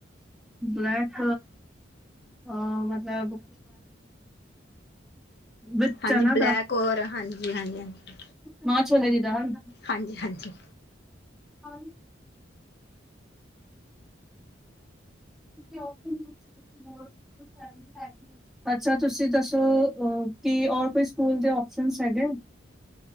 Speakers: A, in the centre; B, on the left (about 55°).
A: ਬਲੈਕ। ਅ ਮਤਲਬ ਵਿਦ
B: ਹਾਂਜੀ
A: ਚਨਾ
B: ਬਲੈਕ ਔਰ ਹਾਂਜੀ ਹਾਂਜੀ ਹਾਂਜੀ।
A: ਮਾਂ-ਛੋਲੇ ਦੀ ਦਾਲ।
B: ਹਾਂਜੀ, ਹਾਂਜੀ।
A: <unintelligible> ਤੇ ਆਪਸ਼ਨ ਗਰੁੱਪ ਚ ਮੋਰ ਦ ਸੈਵੇਨਟੀ ਫਾਈਵ ਅੱਛਾ ਤੁਸੀਂ ਦੱਸੋ, ਅ ਕਿ ਔਰ ਕੋਈ ਸਕੂਲ ਦੇ ਓਪਸ਼ਨਸ ਹੈਗੇ?